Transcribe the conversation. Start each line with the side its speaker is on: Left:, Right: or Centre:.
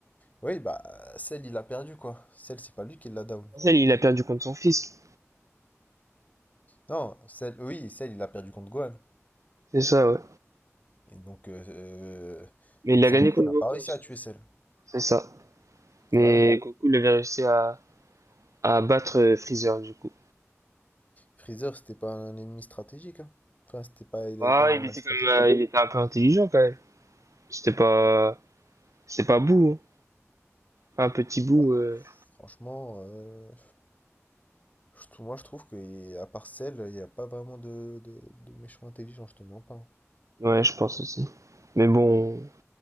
Left: Oui, bah, Cell, il a perdu quoi. Cell, c'est pas lui qui l'a down.
Right: Cell, il a perdu contre son fils.
Left: Non, Cell, oui, Cell, il a perdu contre Gohan.
Right: C'est ça, ouais.
Left: Et donc, euh, euh,
Right: Mais
Left: donc
Right: il a
Left: Sangoku
Right: gagné contre
Left: n'a
Right: Goku,
Left: pas réussi
Right: ça.
Left: à tuer Cell.
Right: C'est ça. Mais
Left: Voilà.
Right: Goku, il avait réussi à, à battre euh, Freezer, du coup.
Left: Freezer, c'était pas un ennemi stratégique. hein. Enfin, c'était pas, il
Right: Ah
Left: avait pas énormément
Right: il était
Left: de stratégie.
Right: quand même, euh, il était un peu intelligent, quand même. C'était pas, c'était pas bout, hein. un petit bout,
Left: Ah,
Right: euh.
Left: franchement, euh, je trou- moi je trouve que à part Cell, il n'y a pas vraiment de, de, de méchants intelligents, je te mens pas. hein.
Right: Ouais, je pense aussi. Mais bon,